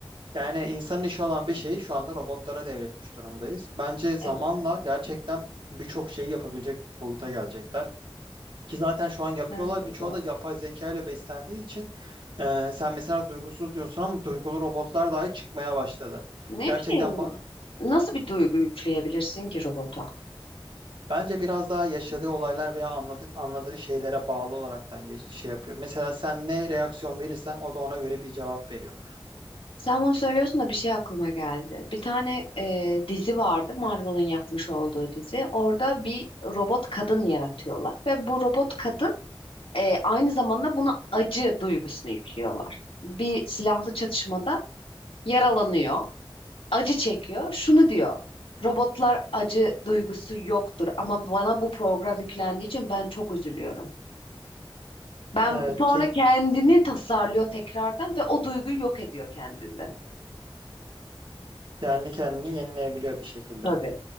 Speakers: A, on the right; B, on the left.
A: Yani insanın işi olan bir şeyi şu anda robotlara devretmiş durumdayız. Bence zamanla
B: Evet,
A: gerçekten birçok şeyi yapabilecek boyuta gelecekler. Ki zaten şu an yapıyorlar.
B: bence
A: Birçoğu
B: de.
A: da yapay zeka ile beslendiği için e, sen mesela duygusuz diyorsun ama duygulu robotlar dahi çıkmaya başladı.
B: Ne
A: Gerçekten
B: bileyim,
A: ba-
B: nasıl bir duygu yükleyebilirsin ki robota?
A: Bence biraz daha yaşadığı olaylar veya anladık, anladığı şeylere bağlı olaraktan geç, şey yapıyor. Mesela sen ne reaksiyon verirsen o da ona göre bir cevap veriyor.
B: Sen bunu söylüyorsun da bir şey aklıma geldi. Bir tane e, dizi vardı, Marvel'ın yapmış olduğu dizi. Orada bir robot kadın yaratıyorlar ve bu robot kadın e, aynı zamanda buna acı duygusunu yüklüyorlar. Bir silahlı çatışmada yaralanıyor, acı çekiyor. Şunu diyor, robotlar acı duygusu yoktur ama bana bu program yüklendiği için ben çok üzülüyorum. Ben
A: Evet
B: sonra
A: ki
B: kendini tasarlıyor tekrardan ve o duyguyu yok ediyor kendinde.
A: kendi kendini yenileyebiliyor bir şekilde.
B: Tabii.